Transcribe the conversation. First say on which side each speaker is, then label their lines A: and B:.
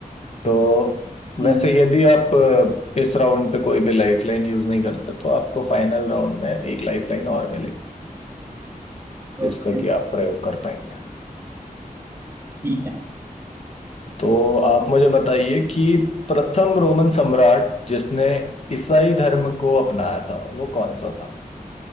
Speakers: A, on the left; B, on the right.
A: तो
B: हम्म
A: वैसे यदि आप अ, इस राउंड पे कोई भी लाइफलाइन यूज नहीं करते तो आपको फाइनल राउंड में एक लाइफलाइन और मिलेगी जिसका
B: ओके
A: कि आप प्रयोग कर पाएंगे
B: ठीक है
A: तो आप मुझे बताइए कि प्रथम रोमन सम्राट जिसने ईसाई धर्म को अपनाया था वो कौन सा था